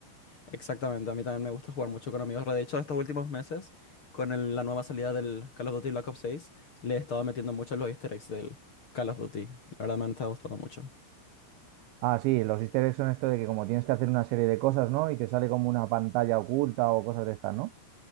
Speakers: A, on the left (about 35°); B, on the right (about 85°).
A: Exactamente, a mí también me gusta jugar mucho con amigos. De hecho, estos últimos meses, con el- la nueva salida del Call of Duty Black Ops 6, le he estado metiendo mucho en los easter eggs del Call of Duty. La verdad me han estado gustando mucho.
B: Ah, sí, los easter eggs son esto de que como tienes que hacer una serie de cosas, ¿no? Y te sale como una pantalla oculta o cosas de estas, ¿no?